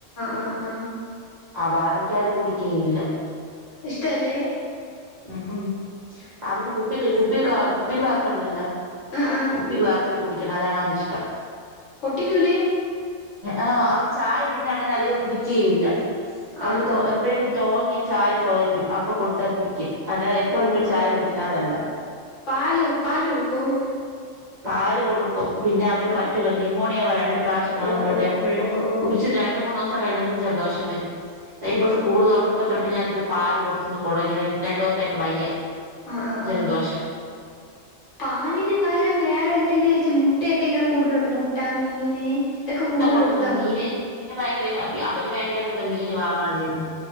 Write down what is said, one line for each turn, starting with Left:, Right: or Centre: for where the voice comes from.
Left: ആ ആ
Right: അവനക്ക് അതില് കുടിക്കുകയും ഇല്ല
Left: ഇഷ്ടം അല്ലേ
Right: ഉം ഉം അവന് കുപ്പിക്ക് കുപ്പി കാ കുപ്പി ഗ്ലാസ്സ് ഉണ്ടല്ലോ
Left: ആഹ് ആഹ്
Right: കുപ്പി ഗ്ലാസ്സില് കുടിക്കണം അതാണ് അവന് ഇഷ്ടം
Left: പൊട്ടിക്കൂലേ
Right: ആ അവൻ ചായ പിന്നെ അങ്ങനെ അധികം കുടിക്കുകയും ഇല്ല അവന്
Left: ആഹ്
Right: തോ
Left: ആഹ്
Right: എപ്പോഴെങ്കിലും
Left: ആഹ്
Right: തോന്നിയ ചായ ചോദിക്കും അപ്പോ കൊടുത്താ കുടിക്കും അല്ലാതെ എപ്പഴും
Left: ഓഹ്
Right: എപ്പഴും
Left: ഓഹ്
Right: ചായ കുടിക്കണ ആളല്ല
Left: പാല് പാല് കൊടുക്കോ
Right: പാല് കൊടുക്കും പിന്നെ അവന്
Left: ആഹ്
Right: പറ്റൂല
Left: ആഹ്
Right: ന്യമോണിയ രണ്ട് പ്രാവശ്യം വന്നിട്ടുണ്ട്
Left: ഓഹ് ഓഹ്
Right: എപ്പോഴും
Left: ഓഹ് ഓഹ്
Right: കുടിച്ച് രണ്ട് മൂന്നോസം കഴിഞ്ഞതും ജലദോഷം വരും
Left: ഓഹ്
Right: ഇപ്പൊ സ്കൂൾ
Left: ഓഹ്
Right: തുറന്നപ്പോ തൊട്ട് ഞാൻ ത്രിപ്ത പാല് കൊട്ത്ത് കൊഴങ്ങിയത് രണ്ടോസായിട്ട് വയ്യ
Left: ആ ആ
Right: ജലദോഷം
Left: ആ പാലിന് വകരം വേറെന്തെ ങ്കിലും വെച്ച് മുട്ടയൊക്കെ ഇങ്ങനെ കൂടൂലെട്ത്ത് മുട്ട മീന് ഇതൊക്കെ
Right: മുട്ട
Left: കൂടുതൽ
Right: കൊടുക്കും
Left: കൊടുത്താ
Right: മീന്
Left: മതി
Right: മീന് ഭയങ്കര അവന് വേണ്ടിയാണ് ഇവിടെ മീന് വാങ്ങണത് തന്നെ